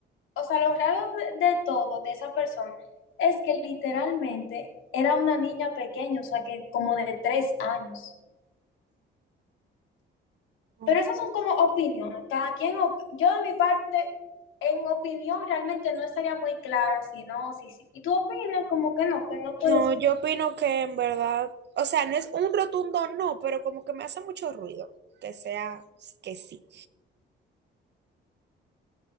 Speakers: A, on the left; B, on the right.
A: o sea, lo raro de, de todo, de esa persona, es que literalmente era una niña pequeña, o sea, que como de tres años.
B: Ok.
A: Pero esas son como opiniones. Cada quien, op- yo de mi parte, en opinión realmente no estaría muy clara, si no, sí, sí. Y tú opinas como que no, que no puede
B: No,
A: ser.
B: yo opino que en verdad, o sea, no es un rotundo no, pero como que me hace mucho ruido que sea que sí.